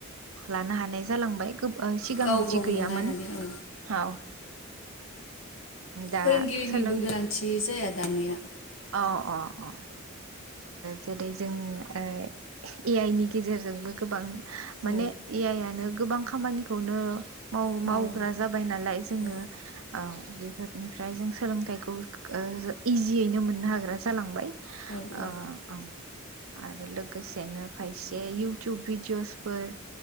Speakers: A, on the right; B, on the left.
A: लानो हानाय जालांबाय। सिगां
B: गाव
A: बिदि
B: गावनो
A: गैयामोन
B: नायनानै औ
A: औ। दा
B: फोरोंगिरिनिबो
A: सोलों
B: गोनांथि जाया दानिया
A: औ औ औ। जेरै जों ए आइ नि गेजेरजोंबो गोबां। माने
B: औ
A: ए आइ आनो गोबां खामानिखौनो। माव
B: मावो
A: मावग्रा जाबाय नालाय जोङो।
B: औ
A: ओ बेफोरनिफ्राय जों सोलोंथाइखौ इजियैनो मोननो हाग्रा जालांबाय।
B: औ औ
A: ओ औ आरो लोगोसेनो खायसे इउटुब भिडिअ'सफोर